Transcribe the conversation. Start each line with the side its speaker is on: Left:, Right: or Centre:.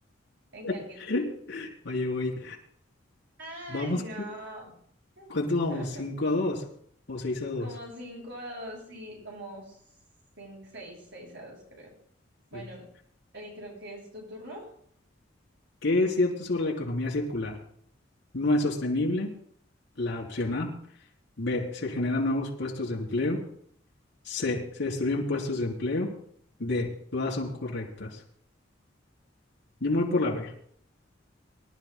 Right: en que alguien.
Left: <laughs> Oye, güey,
Right: Ay,
Left: vamos,
Right: no.
Left: ¿Cuánto
Right: <laughs>
Left: vamos? 5 a 2 o 6 a 2.
Right: Como cinco a dos, sí, como cinco, seis, seis a dos, creo. Bueno,
Left: Pues,
Right: eh, creo que es tu turno.
Left: ¿Qué es cierto sobre la economía circular? No es sostenible. La opción A. B. Se generan nuevos puestos de empleo. C. Se destruyen puestos de empleo. D. Todas son correctas. Yo me voy por la B.